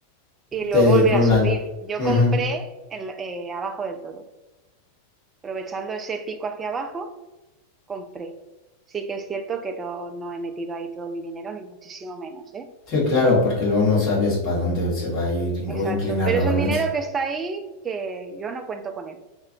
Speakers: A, on the right; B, on the left.
A: y luego
B: de
A: volviera
B: Donald.
A: a subir. Yo
B: Ujú.
A: compré el, eh, abajo del todo. Aprovechando ese pico hacia abajo, compré. Sí que es cierto que no, no he metido ahí todo mi dinero, ni muchísimo menos, ¿eh?
B: Sí, claro, porque luego no sabes para dónde se va a ir
A: Exacto.
B: o inclinar
A: Pero
B: la
A: es
B: balanza.
A: un dinero que está ahí que yo no cuento con él.